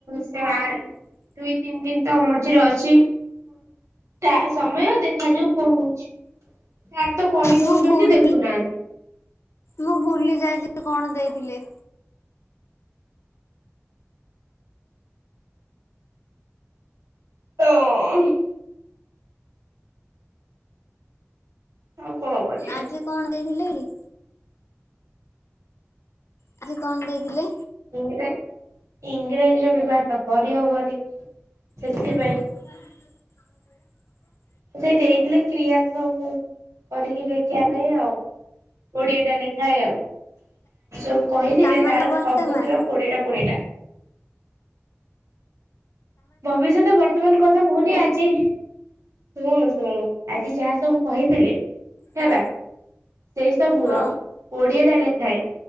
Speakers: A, on the right (about 80°); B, on the left (about 65°).
A: ସେ ଆ ଦୁଇ ତିନି ଦିନ ତ ମଝିରେ ଅଛି ଟା ସମୟ ଦେଖାଯାଉ କଣ ହଉଚି। ସାର ତ କହି
B: ମୁଁ
A: ଦଉଚନ୍ତି
B: ଭୁଲ
A: ଦେଖୁନାହାନ୍ତି।
B: ମୁଁ ଭୁଲି ଯାଇଚି କଣ ଦେଇଥିଲେ।
A: <unintelligible> ଆଉ କଣ କରିବା
B: ଆଜି କଣ ଦେଇଥିଲେ କି? ଆଜି କଣ ଦେଇଥିଲେ?
A: ଇଂରାଜ ଇଂରାଜୀର ବ୍ୟବହାର ତ କରିହବନି। ସେଥିପାଇଁ
B: <unintelligible>
A: ସେଇ ଦେଇଥିଲେ କ୍ରିୟାକୁ କରିକି ଦେଖିବା ପାଇଁ ଆଉ। କୋଡିଏ ଟା ଲେଖାଏ ଆଉ ସବୁ କହିଥିଲେ
B: ସାମାନ୍ୟ
A: ତାର
B: ବର୍ତ୍ତମାନ
A: ସବୁଥିର କୋଡିଏଟା କୋଡିଏଟା। ଭବିଷ୍ୟତ ବର୍ତ୍ତମାନ କଥା ପୁଣି ଆଜି ଶୁଣୁ ଶୁଣୁ ଆଜି ଯାହା ସବୁ କହିଥିଲେ
B: ହଁ
A: ହେଲା ସେଇ ସବୁର
B: ହଁ
A: କୋଡିଏ ଟା ଲେଖାଏ